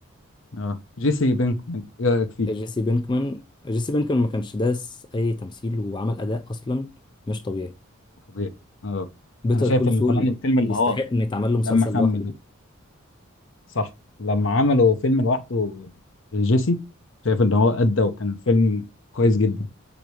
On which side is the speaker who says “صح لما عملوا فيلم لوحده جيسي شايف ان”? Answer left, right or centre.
Left